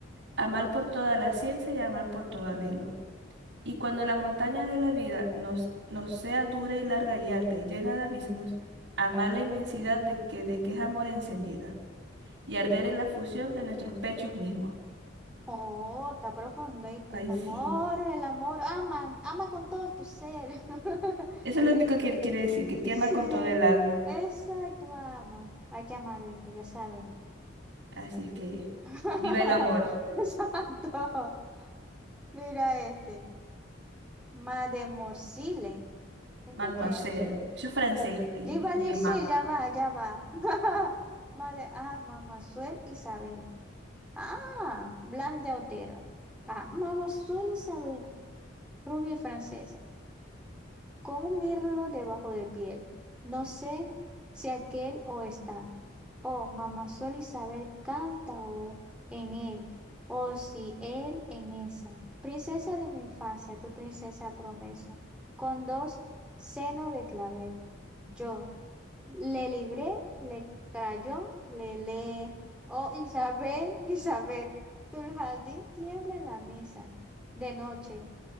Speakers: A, on the right; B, in the centre.
A: Amar por toda la ciencia y amar por todo anhelo. Y cuando la montaña de la vida nos, nos sea dura y larga y alta y llena de abismos, amar la inmensidad de que, de que es amor encendida. y arder en la fusión de nuestros pechos mismos.
B: Oh, está profundo, ¿oíste?
A: Ay,
B: Amor,
A: sí.
B: el amor, ama, ama con todo tu ser. <laughs>
A: Eso es lo único que él quiere decir, que él quiere
B: Sí,
A: amar con todo el alma.
B: exacto, ama. Hay que amar, ¿oíste? Ya saben.
A: Así es que
B: <laughs>
A: viva el amor,
B: Exacto. Mira este. Mademosile. ¿Esto
A: mademoiselle.
B: qué?
A: Yo es francés, y-
B: Yo iba
A: este
B: a decir,
A: lema.
B: ya va, ya va. <laughs> madre ah, Mamazuel Isabel. Ah, Blas de Otero. Ah, Mamazuel Isabel. rubia y francesa, con un mirlo debajo de piel. No sé si aquel o está. Oh, mamá Sol Isabel canta o en él, o si él en esa. Princesa de mi infancia, tu princesa promesa, con dos senos de clavel. Yo le libré, le crayó, le le. Oh, Isabel, Isabel, tu jardín tiembla en la mesa de noche.